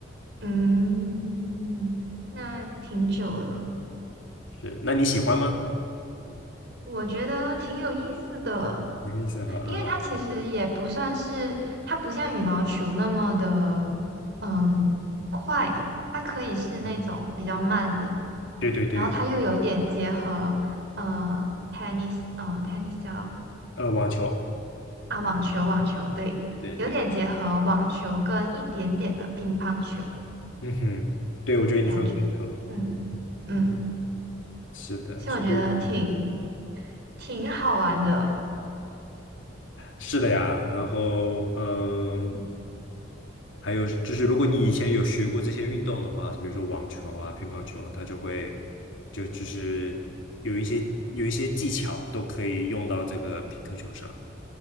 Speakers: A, on the right; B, on the left.
A: 嗯，那挺久了，
B: 是，那你喜欢吗？
A: 我觉得挺有意思的。
B: 有意思哈，
A: 因为它其实也不算是，
B: 嗯，
A: 它不像羽毛球那么的，嗯，快，它可以是那种比较慢的，
B: 嗯对对对，
A: 然后它又有点结合，呃，tennis，呃，tennis 叫
B: 呃，网球，
A: 啊，网球，网球，对，
B: 对对对，
A: 有点结合网球跟一点点的乒乓球
B: 嗯哼，对，我觉得你说的没错，
A: 感觉，嗯嗯，
B: 嗯是的，
A: 所以我觉得挺
B: 所以呢。嗯
A: 挺好玩的，
B: 是的呀，然后嗯，
A: 嗯
B: 还有就是，如果你以前有学过这些运动的话，比如说网球啊、乒乓球，它就会就就是有一些有一些技巧都可以用到这个皮克球上。